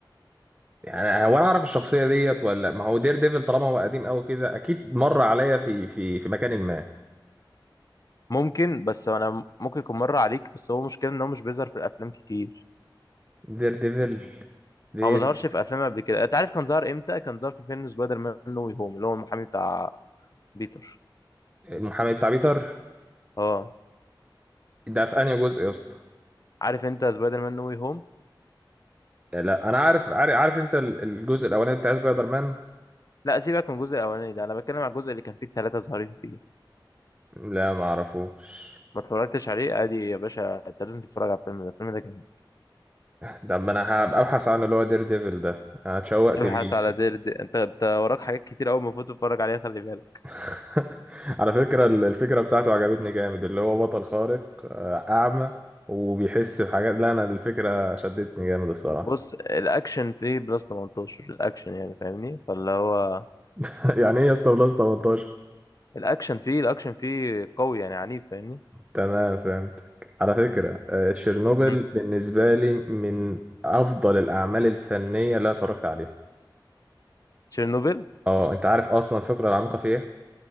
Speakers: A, on the right; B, on the left.
A: يعني هو انا اعرف الشخصيه ديت ولا ما هو دير ديفل طالما هو قديم قوي كده اكيد مر عليا في في في مكان ما
B: ممكن بس انا ممكن يكون مر عليك بس هو مشكله ان هو مش بيظهر في الافلام كتير
A: دير ديفل دير
B: هو ما ظهرش في افلام قبل كده انت عارف كان ظهر امتى كان ظهر في فيلم سبايدر مان نو واي هوم اللي هو المحامي بتاع بيتر
A: المحامي بتاع بيتر
B: اه
A: ده في انهي جزء يا اسطى
B: عارف انت سبايدر مان نو واي هوم
A: يعني لا انا عارف عارف, عارف انت ال- الجزء الاولاني بتاع سبايدر مان
B: لا سيبك من الجزء الاولاني ده انا بتكلم على الجزء اللي كان فيه الثلاثه ظاهرين فيه
A: لا ما اعرفوش
B: ما اتفرجتش عليه ادي يا باشا انت لازم تتفرج على الفيلم ده الفيلم ده جامد
A: ده ما انا هبقى ابحث عنه اللي هو دير ديفل ده انا اتشوقت
B: ابحث
A: ليه
B: على دير دي. انت انت وراك حاجات كتير قوي المفروض تتفرج عليها خلي بالك
A: <laughs> على فكرة ال- الفكرة بتاعته عجبتني جامد اللي هو بطل خارق آه، اعمى وبيحس بحاجات لا انا الفكرة شدتني جامد الصراحة
B: بص الاكشن فيه بلس 18 الاكشن يعني فاهمني فاللي هو
A: <laughs> يعني ايه يا اسطى بلس 18
B: الاكشن فيه الاكشن فيه قوي يعني عنيف فاهمني
A: تمام فهمتك على فكرة آه، تشيرنوبل
B: امم
A: بالنسبة لي من افضل الاعمال الفنية اللي انا اتفرجت عليها
B: تشيرنوبل
A: اه انت عارف اصلا الفكرة العميقة فيها